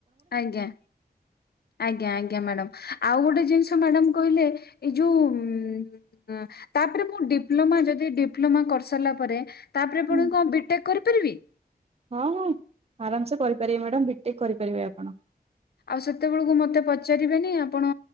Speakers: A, on the left; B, on the right.
A: ଆଜ୍ଞା। ଆଜ୍ଞା ଆଜ୍ଞା ମ୍ୟାଡାମ୍ ଆଉ ଗୋଟେ ଜିନିଷ ମ୍ୟାଡାମ୍ କହିଲେ ଏଇ ଯୋଉ ଉଁ, ଅଁ, ତାପରେ ମୁଁ ଡିପ୍ଲୋମା ଯଦି ଡିପ୍ଲୋମା କରିସାରିଲା ପରେ ତାପରେ ପୁଣି
B: ହୁଁ
A: କଣ ବିଟେକ୍ କରିପାରିବି?
B: ହଁ ହଁ ଆରାମ ସେ କରିପାରିବେ ମ୍ୟାଡ଼ାମ୍ ବିଟେକ୍ କରିପାରିବେ ଆପଣ।
A: ଆଉ ସେତେବେଳକୁ ମୋତେ ପଚାରିବେନି ଆପଣ